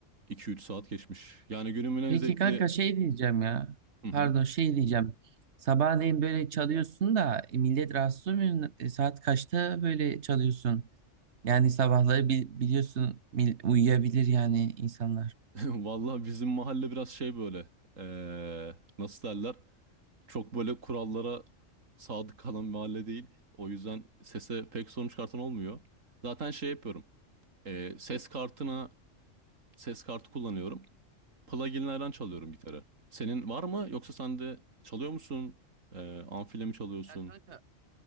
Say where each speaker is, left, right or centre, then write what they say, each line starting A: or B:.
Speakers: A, on the right (about 85°); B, on the right (about 60°).
A: iki üç saat geçmiş. Yani günümün en
B: Peki
A: zevkli...
B: kanka şey diyeceğim ya.
A: Hı hı.
B: Pardon şey diyeceğim. Sabahleyin böyle çalıyorsun da e, millet rahatsız olmuyor. E, saat kaçta böyle çalıyorsun? Yani sabahları bi- biliyorsun mil- uyuyabilir yani insanlar.
A: <laughs> Vallahi bizim mahalle biraz şey böyle. eee, nasıl derler? Çok böyle kurallara sadık kalan bir mahalle değil. O yüzden sese pek sorun çıkartan olmuyor. Zaten şey yapıyorum. eee, ses kartına ses kartı kullanıyorum. Pluginlerden çalıyorum gitarı. Senin var mı? Yoksa sen de çalıyor musun? Eee amfiyle mi çalıyorsun?
B: Ya kanka